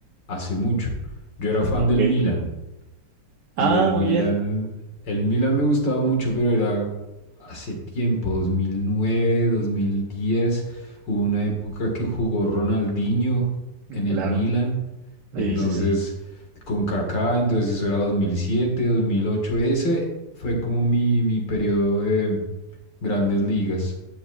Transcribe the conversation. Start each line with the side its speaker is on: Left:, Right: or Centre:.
Left: hace mucho. Yo era fan
Right: Ah, Ok.
Left: del Milan
Right: Ah,
Left: y el
Right: muy
Left: Milan,
Right: bien.
Left: el Milan me gustaba mucho, pero era hace tiempo, dos dos mil nueve, dos mil diez. Hubo una época que jugó Ronaldinho en el
Right: Claro.
Left: Milan,
Right: Sí,
Left: entonces
Right: sí, sí.
Left: con Kaká, entonces eso era dos dos mil siete, dos mil ocho. Ese fue como mi, mi periodo de grandes ligas.